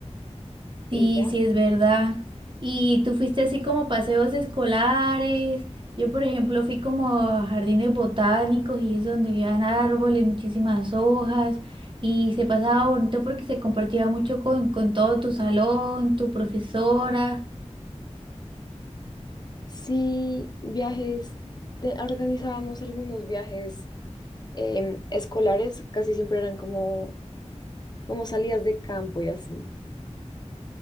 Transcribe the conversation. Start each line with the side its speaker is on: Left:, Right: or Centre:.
Left: <laughs> y
Right: Sí,
Left: ya.
Right: sí, es verdad. Y tú fuiste así como paseos escolares. Yo, por ejemplo, fui como a jardines botánicos y eso donde habían árboles, muchísimas hojas y se pasaba bonito porque se compartía mucho con, con todo tu salón, tu profesora.
Left: Sí, viajes, te- organizábamos algunos viajes em, escolares, casi siempre eran como, como salidas de campo y así.